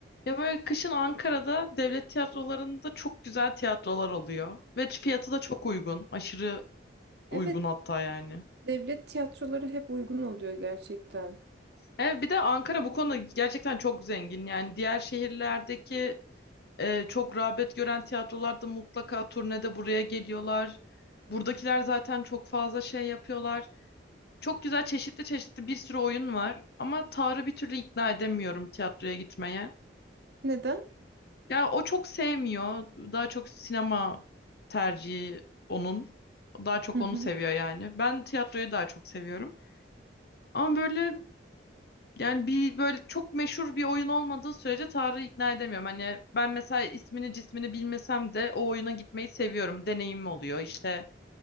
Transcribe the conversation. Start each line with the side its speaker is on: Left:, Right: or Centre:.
Left: Ya böyle kışın Ankara'da devlet tiyatrolarında çok güzel tiyatrolar oluyor. Ve fiyatı da çok uygun. Aşırı
Right: Evet,
Left: uygun hatta yani.
Right: devlet tiyatroları hep uygun oluyor gerçekten.
Left: Evet, bir de Ankara bu konuda gerçekten çok zengin. Yani diğer şehirlerdeki e, çok rağbet gören tiyatrolarda mutlaka turnede buraya geliyorlar. Buradakiler zaten çok fazla şey yapıyorlar. Çok güzel çeşitli çeşitli bir sürü oyun var. Ama Tarık'ı bir türlü ikna edemiyorum tiyatroya gitmeye.
Right: Neden?
Left: Ya o çok sevmiyor. Daha çok sinema tercihi onun. Daha çok
Right: Hı hı.
Left: onu seviyor yani. Ben tiyatroyu daha çok seviyorum. Ama böyle yani bir böyle çok meşhur bir oyun olmadığı sürece Tarık'ı ikna edemiyorum. Hani ben mesela ismini cismini bilmesem de o oyuna gitmeyi seviyorum. Deneyimim oluyor. İşte